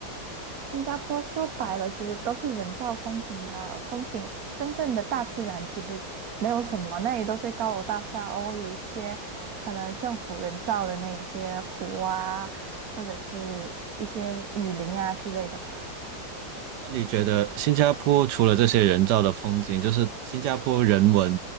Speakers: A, on the right (about 50°); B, on the right (about 70°).
A: 新加坡说白了，其实都是人造风景吧。风景真正的大自然其实没有什么，那里都是高楼大厦，偶尔有一些可能政府人造的那些湖啊，或者是一些雨林啊之类的吧。
B: 那你觉得新加坡除了这些人造的风景，就是新加坡人文